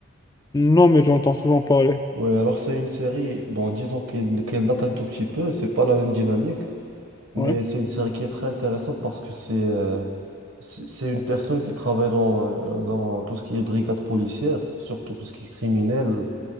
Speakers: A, on the left; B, on the right.
A: Non, mais j'entends souvent parler.
B: Ouais, alors c'est une série, bon, disons qu'elle qu'elle date un tout petit peu, c'est pas la même dynamique. Mais
A: Ouais,
B: c'est une série qui est très intéressante parce que c'est euh, c'est c'est une personne qui travaille dans, euh, dans tout ce qui est brigade policière, surtout tout ce qui est criminel.